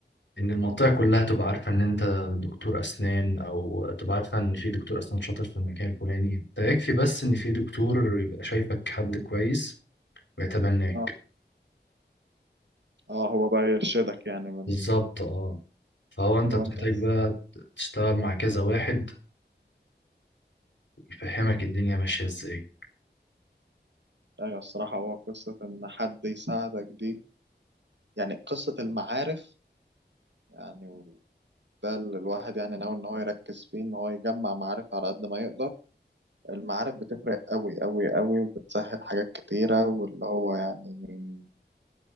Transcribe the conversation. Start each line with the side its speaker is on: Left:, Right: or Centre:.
Left: ان المنطقه كلها تبقى عارفه ان انت دكتور اسنان او تبقى عارفه ان في دكتور اسنان شاطر في المكان الفلاني انت يكفي بس ان في دكتور يبقى شايفك حد كويس ويتبناك
Right: اه اه هو بقى يرشدك يعني من
Left: بالظبط اه فهو انت
Right: من وانت
Left: بتحتاج
Right: لسه
Left: بقى تشتغل مع كذا واحد ويفهمك الدنيا ماشيه ازاي
Right: ايوه الصراحة هو قصة ان حد يساعدك دي يعني قصة المعارف يعني ده اللي الواحد يعني ناوي إن هو يركز فيه إن هو يجمع معارف على قد ما يقدر المعارف بتفرق أوي أوي أوي وبتسهل حاجات كتيرة واللي هو يعني